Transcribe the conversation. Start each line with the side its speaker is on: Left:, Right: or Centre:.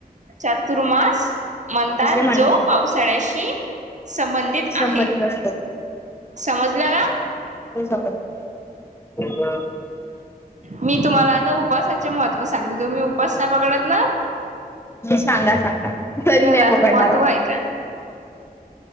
Right: चातुर्मास म्हणतात,
Left: असे
Right: जो
Left: ना
Right: पावसाळ्याशी संमं दित
Left: संबंधित
Right: आहे
Left: असतो
Right: समजलं ना?
Left: सगळं हो.
Right: मी तुम्हाला आता उपासाचे महत्त्व सांगते. तुम्ही उपास नाही पकडत ना?
Left: सांगा सांगा तरी
Right: तर
Left: नाही
Right: आता
Left: पकडणार
Right: महत्त्व
Left: आओ.
Right: आहे का